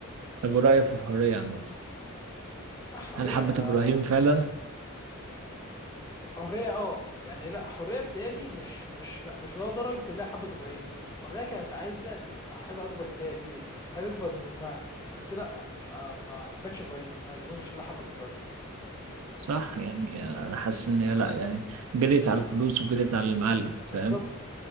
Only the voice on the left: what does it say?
لا حريه
حريه اه يعني لا حريه بتالي مش مش لا مش لدرجه اللي هي حبت ابراهيم حريه كانت عايزه تبقى حاجه اكبر من اللي هي فيها حاجه اكبر من امها بس لا آه ما حبتش ابراهيم ما اظنش اللي حبت ابراهيم
بالظبط